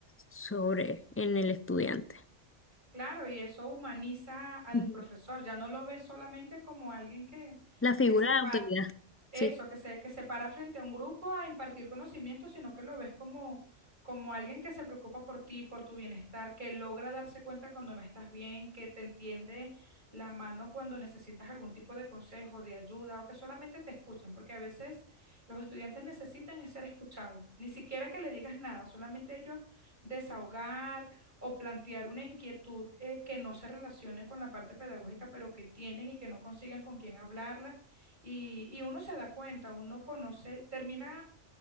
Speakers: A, on the left; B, on the right.
A: sobre en el estudiante.
B: Claro, y eso humaniza al
A: Ujú.
B: profesor, ya no lo ves solamente como alguien que,
A: La figura
B: que se, pa-
A: de autoridad.
B: Eso,
A: Sí,
B: que se, que se para frente a un grupo a impartir conocimiento, sino que lo ves como, como alguien que se preocupa por ti, por tu bienestar, que logra darse cuenta cuando no estás bien, que te entiende la mano cuando necesitas algún tipo de consejo, de ayuda o que solamente te escuchen, porque a veces los estudiantes necesitan es ser escuchados, ni siquiera que le digas nada, solamente ellos desahogar o plantear una inquietud eh, que no se relacione con la parte pedagógica, pero que tienen y que no consiguen con quién hablarla y, y uno se da cuenta, uno conoce, termina